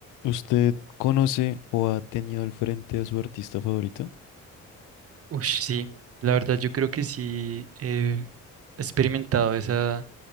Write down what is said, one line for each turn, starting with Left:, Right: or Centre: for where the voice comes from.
Left: ¿Usted conoce o ha tenido al frente a su artista favorito?
Right: Uy, sí, la verdad yo creo que sí he experimentado esa